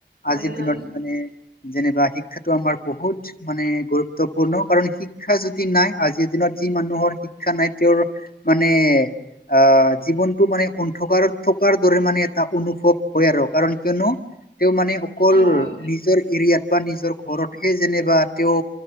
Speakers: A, on the right; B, on the left.
A: হয়
B: আজিৰ
A: হয়
B: দিনত মানে যেনিবা শিক্ষাটো আমাৰ বহুত মানে গুৰুত্বপূৰ্ণ, কাৰণ শিক্ষা যদি নাই, আজিৰ দিনত যি মানুহৰ শিক্ষা নাই তেওঁৰ মানে অ', জীৱন টো মানে অন্থকাৰ থকাৰ দৰে মানে এটা অনুভৱ হয় আৰু, কাৰণ কিয়নো তেওঁ মানে অকল
A: অ'
B: নিজৰ এৰিয়াত বা নিজৰ ঘৰতহে যেনিবা তেওঁ